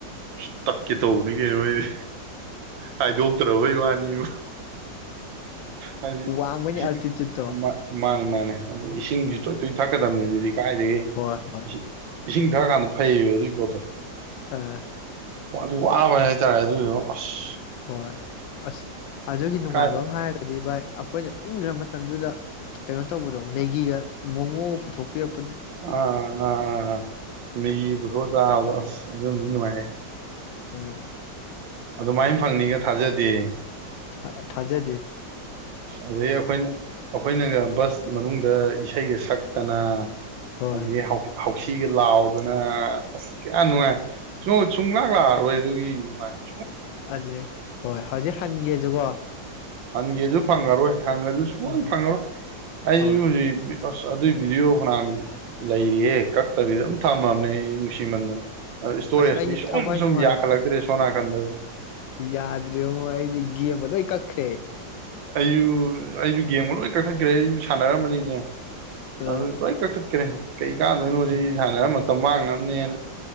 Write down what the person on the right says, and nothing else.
ꯑꯁ ꯇꯛꯀꯦ ꯇꯧꯕꯅꯤ ꯀꯩꯅꯣ ꯑꯩꯗꯤ ꯍꯥꯏꯗꯣꯛꯇꯔꯕꯩ ꯋꯥꯅꯤꯕꯨ ꯍꯥꯏꯗꯤ
ꯏꯁꯤꯡ
ꯃꯥꯅꯦ ꯃꯥꯅꯦ ꯏꯁꯤꯡꯁꯨ
ꯇꯣꯏ ꯇꯣꯏꯅ ꯊꯥꯛ ꯀꯗꯃꯃꯤꯗꯤ ꯀꯥꯏꯗꯒꯤꯁꯤꯡ
ꯏꯁꯤꯡ ꯊꯛꯑꯀꯥꯟꯗ ꯐꯩꯌꯦꯕ ꯑꯗꯨꯒꯤ ꯀꯠꯇꯣ
ꯑꯗꯨ ꯋꯥꯕ ꯍꯥꯏꯇꯥꯔꯦ ꯑꯗꯨꯗꯨꯅ ꯑꯁ
ꯀꯥꯏ
ꯑ ꯑ ꯃꯤꯒꯤ ꯊꯣꯁꯥꯕ ꯑꯗꯨꯝꯗꯤ ꯅꯨꯡꯉꯥꯏꯔꯦ
ꯑꯗꯨꯃꯥꯏꯅ ꯐꯪꯅꯤꯒ ꯊꯥꯖꯗꯦ
ꯑꯗꯗꯒꯤ ꯑꯩꯈꯣꯏꯅ ꯑꯩꯈꯣꯏꯅꯒ ꯕꯁ ꯃꯅꯨꯡꯗ ꯏꯁꯩꯒ ꯁꯛꯇꯅ
ꯑ ꯍꯧ ꯍꯧꯎꯁꯤ ꯁꯤꯒ ꯂꯥꯎ ꯑꯗꯨꯅ ꯌꯥꯝ ꯅꯨꯡꯉꯥꯏ ꯁꯨꯡ ꯂꯥꯛ ꯂꯥꯛꯑꯔꯣꯏ ꯑꯗꯨ ꯅꯨꯡꯉꯥꯏ
ꯍꯪꯒꯦꯁꯨ ꯐꯪꯉꯔꯣꯏ ꯍꯪꯉꯁꯨ ꯁꯨꯡꯃꯥꯡ
ꯐꯪꯉꯔꯣꯏ ꯑꯩꯁꯨ
ꯍꯧꯖꯤꯛ ꯑꯁ ꯑꯗꯨꯏ ꯚꯤꯗꯤꯑꯣ ꯐꯅꯥꯥꯟ ꯂꯩꯔꯤꯍꯦ ꯀꯛꯇꯕꯤꯗ ꯑꯗꯨꯝ ꯊꯝꯃꯕꯅꯦ ꯑꯩ ꯅꯨꯡꯁꯤꯃꯟꯗꯅ ꯏꯁꯇꯣꯔꯦꯖꯇꯤ
ꯁꯨꯝ
ꯁꯨꯝ
ꯌꯥꯈꯠꯂꯛꯇ꯭ꯔꯦ ꯁꯣꯝ ꯅꯥꯀꯟꯗ
ꯑꯩꯁꯨ ꯑꯩꯁꯨ ꯌꯦꯝꯕ ꯂꯣꯏ ꯀꯛꯊꯠꯈ꯭ꯔꯦ ꯑꯩꯁꯨ ꯁꯥꯟꯅꯔꯝꯕꯅꯤ ꯀ
ꯑꯗꯨꯏ ꯀ ꯀ꯭ꯔꯦ ꯀꯩ ꯀꯥꯟꯗꯣꯏꯅꯣ ꯁꯤ
ꯁꯥꯟꯅꯔꯒ ꯃꯇꯝ ꯃꯥꯡꯅꯕꯅꯦꯅ